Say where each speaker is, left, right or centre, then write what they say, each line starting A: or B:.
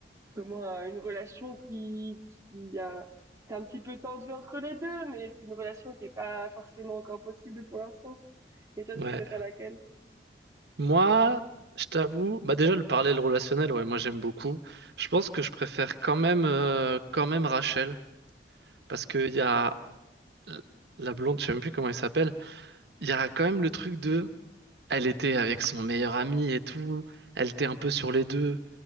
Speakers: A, on the right; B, on the right.
A: comment, heu, une relation qui qui a c'est un petit peu tendu entre les 2 mais c'est une relation qui est pas forcément encore possible pour l'instant. Et toi,
B: Ouais.
A: tu préfères laquelle?
B: Moi, je t'avoue, bah déjà le parallèle relationnel, ouais, moi j'aime beaucoup. Je pense que je préfère quand même, euh, quand même Rachel, parce qu'il y a l- la blonde, je sais même plus comment elle s'appelle. Il y a quand même le truc de, elle était avec son meilleur ami et tout, elle était un peu sur les deux,